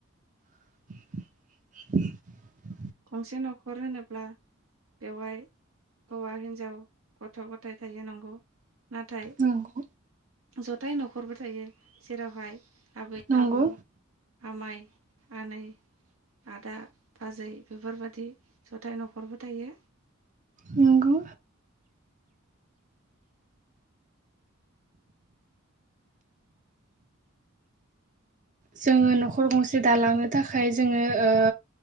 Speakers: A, on the right (about 40°); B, on the right (about 85°).
A: <inaudible>
B: गंसे न'खर होनोब्ला बेवहाय हौवा हिनजाव गथ' गथाय थायो नंगौ नाथाय
A: नंगौ
B: जथाय न'खरबो थायो जेरावहाय आबै
A: नंगौ
B: आबौ आमाय आनै आदा बाजै बेफोरबायाददि जथाय न'खरबो थायो
A: नंगौ जोङो न'खर गंसे दालांनो थाखाय जोङो ओ